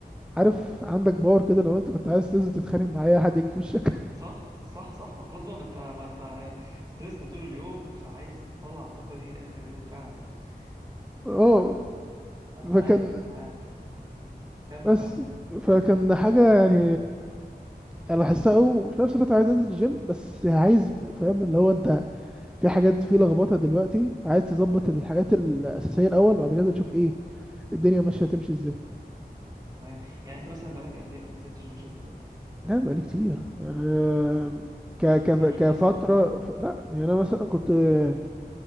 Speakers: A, in the centre; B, on the right (about 20°).
A: عارف عندك باور كده لو انت كنت عايز تنزل تتخانق مع اي حد يجي في وشك
B: صح صح صح ما خلاص بقى ما انت ما انت ستريسد طول اليوم فعايز تطلع الطاقة دي آخر اليوم فعلا فأنا
A: <laughs> اه
B: معاك
A: فكان
B: أنا معاك أنت مم. كمل
A: بس
B: أه
A: فكان حاجة يعني انا لاحظتها قوي وفي نفس الوقت عايز انزل الجيم بس عايز فاهم اللي هو انت في حاجات في لخبطة دلوقتي فعايز تظبط
B: مم.
A: الحاجات الأساسية الأول بعد كده تشوف ايه الدنيا ماشية هتمشي ازاي
B: تمام يعني أنت مثلا بقالك قد إيه ما نزلتش الجيم دلوقتي
A: لا بقالي كتير يعني آه، ك ك
B: سنين
A: كفترة
B: مثلا ولا
A: ف... لا يعني أنا مثلا كنت آه،